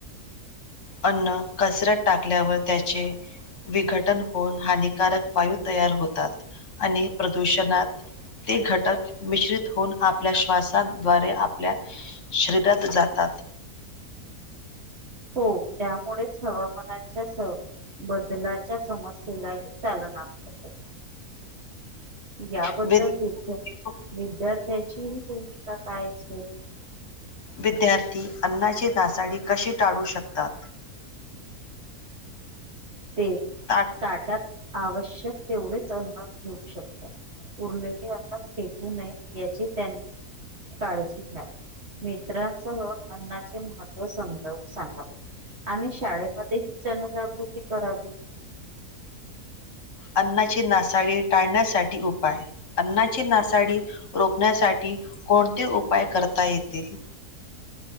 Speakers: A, on the left; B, on the right.
A: अन्न कचऱ्यात टाकल्यावर त्याचे विघटन होऊन हानिकारक वायू तयार होतात. आणि प्रदूषणात ते घटक मिश्रित होऊन आपल्या श्वासाद्वारे आपल्या शरीरात जातात.
B: हो त्यामुळेच हवामानाच्या स बदलाच्या समस्येलाही चालना मिळते. याबद्दल
A: विद-
B: विद्या विद्यार्थ्याची भूमिका काय असेल?
A: विद्यार्थी अन्नाची नासाडी कशी टाळू शकतात?
B: <unintelligible> ते
A: ताट
B: ताटात आवश्यक. तेवढेच अन्न. घेऊ शकतात उरलेले अन्न फेकू नये याची- त्यांनी काळजी घ्यावी मित्रांसह अन्नाचे महत्व समजावून सांगावे आणि शाळेमध्येही जनजागृती करावी.
A: अन्नाची नासाडी टाळण्यासाठी उपाय अन्नाची नासाडी रोखण्यासाठी कोणते उपाय करता येतील?